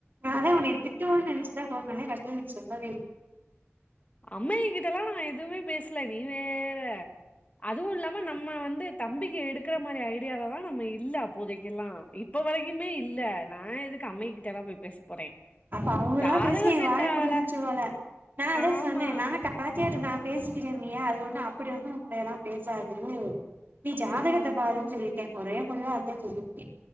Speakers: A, on the right (about 45°); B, on the left (about 30°).
A: நானே உன்னய திட்டுவோனு நெனைச்ச ஃபோன் பண்ணே கட்சில நீ சொல்லவே இல்ல
B: அம்மாயி கிட்ட எல்லா நா எதுமே பேசுல நீ வேற அதுவு இல்லாம நம்ம வந்து தம்பிக்கு எடுக்கற மாரி ஐடியாலல்லா நம்ம இல்ல அப்போதைக்கெல்லா இப்போ வரைக்குமே இல்ல நா எதுக்கு அம்மயிகி என்ன போய் பேச போறேன்.
A: அப்ப அவுங்களா
B: ஜாதகம்
A: பேசி எ
B: செட்
A: வாய
B: ஆகல.
A: புடுங்க வச்சுருவாங்க அ அதே
B: ஆமா.
A: சொன்னே நானு கார்த்திகாட்ட பேசிக்கிறனியா அது ஒண்ணு அப்பிடி ஒண்ணு உங்கள எல்லா பேசாது நீ ஜாதகத்த
B: ம்.
A: பாருன்னு சொல்லிட்டே ஒரே முடிவா அதே சொல்லிருக்கே